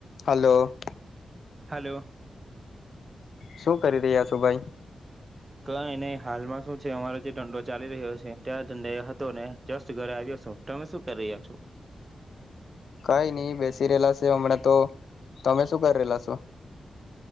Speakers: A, on the left; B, on the right.
A: Hello.
B: Hello.
A: શું કરી રહ્યા છો ભાઈ?
B: કઈ નહી હાલમાં શું છે અમારો જે દંડો ચાલી રહ્યો છે ત્યાંંડે હતો ને જસ્ટ ઘરે આવ્યો છું. તમે શું કરી રહ્યા છો?
A: કઈ ની બેસી રહેલા છે હમણાં તો. તમે શું કરી રેલા છો?